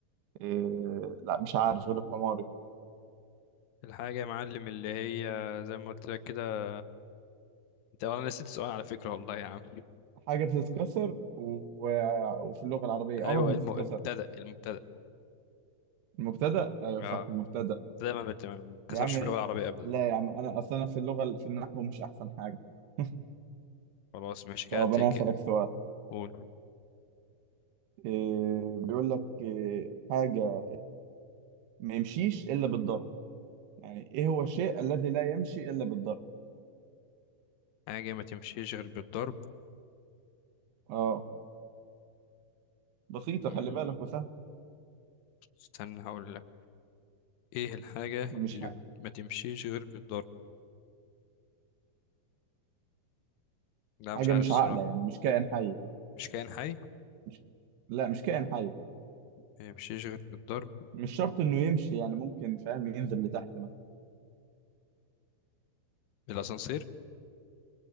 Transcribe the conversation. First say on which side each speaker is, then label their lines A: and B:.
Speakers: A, on the right (about 85°); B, on the left (about 85°).
A: إيه لا مش عارف غلب حماري
B: الحاجة يا معلم اللي هي زي ما قلت لك كده انت انا نسيت السؤال على فكرة والله يا عم
A: حاجة بتتكسر و... وفي اللغة العربية
B: ايوه
A: عمرها ما
B: الم...
A: تتكسر
B: المبتدأ المبتدأ
A: المبتدأ أيوة
B: اه
A: صح المبتدأ
B: المبتدأ ما بت- ما بتتكسرش
A: يا عم
B: في اللغة العربية ابدا
A: لا يا عم أنا أصلا أنا في اللغة في النحو مش أحسن حاجة <laughs>
B: خلاص ماشي كده
A: طب
B: تك
A: أنا هسألك سؤال
B: قول
A: إيه بيقول لك إيه حاجة ما يمشيش إلا بالضرب يعني إيه هو الشيء الذي لا يمشي إلا بالضرب
B: حاجة ما تمشيش غير بالضرب
A: آه بسيطة
B: مم،
A: خلي بالك وسهل
B: استنى هقول لك ايه الحاجة
A: مش
B: اللي
A: حاجة
B: ما تمشيش غير بالضرب لا
A: حاجة
B: مش عارف
A: مش
B: الصراحة
A: عاقلة يعني مش كائن حي
B: مش كائن حي
A: مش لا مش كائن حي
B: ما يمشيش غير بالضرب
A: مش شرط إنه يمشي يعني ممكن فاهم ينزل لتحت مثلا
B: بالاسانسير